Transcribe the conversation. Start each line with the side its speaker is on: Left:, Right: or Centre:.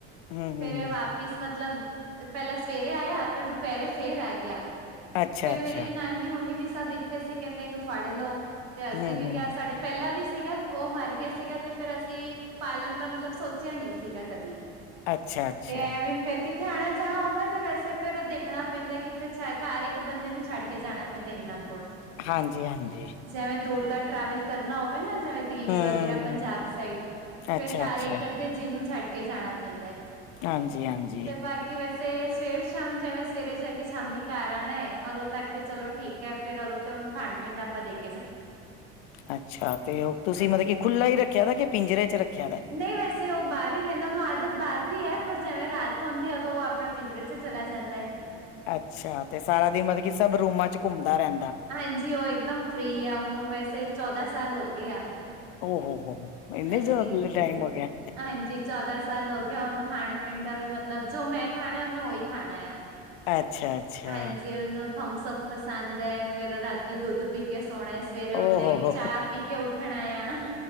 Left: ਹੂੰ ਹੂੰ
Right: ਫੇਰ ਏ ਵਾਪਿਸ ਮਤਲਬ, ਪੈਲਾਂ ਸਵੇਰੇ ਆਇਆ ਫੇਰ ਦੁਪੈਰੇ ਫੇਰ ਆ ਗਿਆ।
Left: ਅੱਛਾ
Right: ਫੇਰ
Left: ਅੱਛਾ
Right: ਮੇਰੀ ਨਾਨੀ ਹੋਨੀ ਵੀ ਸਭ ਇੱਥੇ ਸੀਗੇ, ਕੈਦੇ ਇਨੂੰ ਫੜ ਲੋ। ਤੇ ਅਸੀਂ
Left: ਹੂੰ
Right: ਵੀ
Left: ਹੂੰ
Right: ਕਿਆ ਸਾਡੇ ਪੈਲਾਂ ਵੀ ਸੀਗਾ, ਉ ਮਰ ਗਿਆ ਸੀਗਾ ਤੇ ਫੇਰ ਅਸੀਂ ਪਾਲਨ ਦਾ ਮਤਲਬ ਸੋਚਿਆ ਨਈ ਸੀਗਾ ਕਦੀ।
Left: ਅੱਛਾ। ਅੱਛਾ
Right: ਕੇ ਐਵੇਂ ਫੇਰ ਕਿਥ ਕਿੱਥੇ ਆਣਾ-ਜਾਣਾ ਹੁੰਦਾ ਤਾਂ ਵੈਸੇ ਫੇਰ ਦੇਖਨਾ ਪੈਂਦਾ, ਕਿੱਥੇ ਛ ਘਰ ਇੱਕ ਬੰਦੇ ਨੂੰ ਛੱਡ ਕੇ ਜਾਨਾ ਪੈੰਦਾ, ਏਨਾ ਕੋਲ
Left: ਹਾਂਜੀ -ਹਾਂਜੀ
Right: ਜੈਵੇਂ ਦੂਰ ਦਾਰ ਟਰੈਵਲ ਕਰਨਾ ਹੋਵੇ ਨਾ ਜਿਵੇਂ ਦਿੱਲੀ
Left: ਹੂੰ
Right: ਵਗੈਰਾ ਪੰਜਾਬ, ਸਾਈਡ ਫੇਰ
Left: ਅੱਛਾ
Right: ਘਰ
Left: ਅੱਛਾ
Right: ਇੱਕ ਅੱਧੇ ਜਿ ਛੱਡ ਕੇ ਜਾਨਾ ਪੈਂਦੈ।
Left: ਹਾਂਜੀ- ਹਾਂਜੀ
Right: ਬਾਕੀ ਵੈਸੇ, ਸਵੇਰ ਸ਼ਾਮ ਜਿਵੇਂ ਸਵੇਰੇ ਜਾ ਕੇ ਸ਼ਾਮੀ ਘਾਰ ਆਣੈ ਉਦੋਂ ਤੱਕ ਤੇ ਚਲੋ ਠੀਕ। ਕ ਫੇਰ ਉਦੋਂ ਤੇ ਉਨੂੰ ਖਾਨ ਪੀਨ ਆਪਾਂ ਦੇਖ
Left: ਅੱਛਾ, ਤੇ ਉ ਤੁਸੀਂ
Right: ਹਾਂਜੀ।
Left: ਮਤਲਬ ਕੀ ਖੁੱਲਾ ਈ ਰੱਖਿਆ ਦਾ ਏ ਕਿ ਪਿੰਜਰੇ ਚ ਰੱਖਿਆ ਦੈ।
Right: ਨਈ ਵੈਸੇ ਉ ਬਾਰ ਈ ਰੈਂਦਾ। ਉਨੂੰ ਆਦਤ ਬਾਰ ਦੀ ਏ, ਪਰ ਜਿਵੇਂ ਰਾਤ ਹੁੰਦੀ ਏ ਉਦੋ ਉ ਆਪਨੇ ਪਿੰਜਰੇ ਚ ਚਲਾ ਜਾਂਦਾ ਏ।
Left: ਅੱਛਾ, ਤੇ ਸਾਰਾ ਦਿਨ ਮਤਲਬ, ਕੀ ਸਭ ਰੂਮਾਂ ਚ ਘੁੰਮਦਾ ਰੈਂ
Right: ਹਾਂਜੀ, ਉ ਏਕਦਮ ਫ੍ਰਰੀ ਐ। ਉਨੂੰ ਵੈਸੇ ਚੌਦਾਂ ਸਾਲ ਹੋ ਗਏ ਆ।
Left: ਉ, ਹੋ ਹੋ ਉ ਇੰਨੇ
Right: ਹਾਂਜੀ।
Left: ਜਾਦਾ ਟਾਈਮ ਹੋਗੇਆ।
Right: ਹਾਂਜੀ ਚੌਦਾਂ ਸਾਲ ਹੋ ਗਏ ਉਨੂੰ, ਖਾਣ- ਪੀਣ ਦਾ ਵੀ ਮਤਲਬ ਜੋ, ਮੈਂ ਖਾਨਾ ਉਨੇ ਉਹੀ ਖਾਣੇ ਆ।
Left: ਅੱਛਾ ਅੱਛਾ
Right: ਹਾਂਜੀ, ਓਨੂੰ ਥਮਸਭ ਪਸੰਦ ਏ। ਫੇਰ, ਰਾਤੀ ਦੁੱਧ ਪੀ ਕੇ ਸੋਣੈ। ਸਵੇਰੇ,
Left: ਓ
Right: ਉਨੇ
Left: ਹੋ ਹੋ
Right: ਚਾ ਪੀ ਕੇ, ਉੱਠਣੈ ਆ।